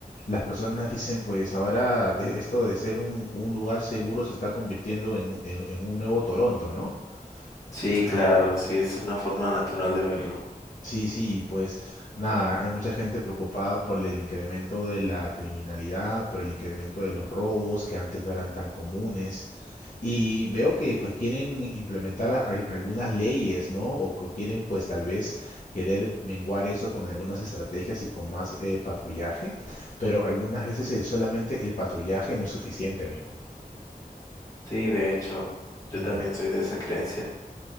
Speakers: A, on the left; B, on the left.
A: las personas dicen, pues ahora de- esto de ser un, un lugar seguro se está convirtiendo en, en, en un nuevo Toronto, ¿no?
B: Sí,
A: <clears throat>
B: claro, sí, es una forma natural de verlo.
A: Sí, sí, pues nada, hay mucha gente preocupada por el incremento de la criminalidad, por el incremento de los robos que antes no eran tan comunes. Y veo que pues quieren implementar a- al- algunas leyes, ¿no? O, o quieren pues tal vez querer menguar eso con algunas estrategias y con más eh, patrullaje, pero algunas veces el- solamente el patrullaje no es suficiente, amigo.
B: Sí, de hecho, yo
A: Ujú.
B: también soy de esa creencia.